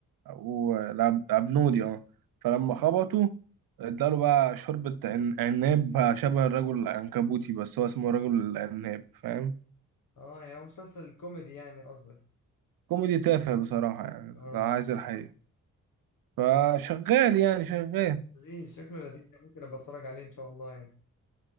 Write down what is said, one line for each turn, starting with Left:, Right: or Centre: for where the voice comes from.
Right: او العبنودي اه فلما خبطه اداله بقى شوربة عن- عناب بقى شبه الرجل العنكبوتي بس هو اسمه رجل العناب فاهم
Left: اه يعني هو مسلسل كوميدي يعني قصدك
Right: كوميدي تافه بصراحة يعني
Left: اه
Right: لو عايز الحقيقة فشغال يعني شغال
Left: لذيذ شكله لذيذ يعني ممكن ابقى اتفرج عليه ان شاء الله يعني